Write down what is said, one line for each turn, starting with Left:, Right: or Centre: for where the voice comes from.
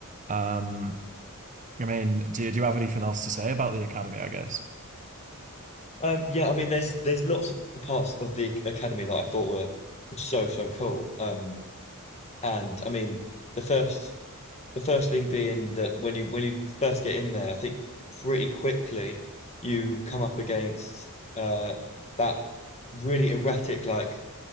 Right: Um, I mean, do you, do you have anything else to say about the Academy, I guess?
Left: um, yeah. I mean, there's there's lots of parts of the academy that I thought were were so so cool. Um, and I mean, the first the first thing being that when you when you first get in there, I think pretty quickly you come up against uh that really erratic like